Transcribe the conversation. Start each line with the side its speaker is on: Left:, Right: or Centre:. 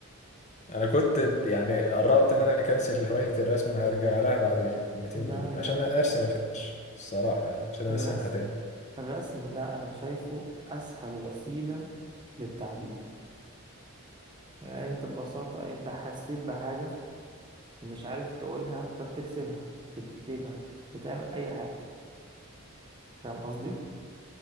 Left: انا كنت ب- يعني قربت ان انا اكنسل هواية الرسم انا هرجع لها بعد الكلمتين
Right: لا
Left: دول
Right: لا
Left: عشان ارسم الفيش الصراحة يعني عشان
Right: الرسم
Left: ارسمها تاني
Right: الرسم ده أنا شايفه أسهل وسيلة للتعبير يعني أنت ببساطة أنت حسيت بحاجة ومش عارف تقولها فبترسمها بتكتبها بتعمل أي حاجة فاهم قصدي؟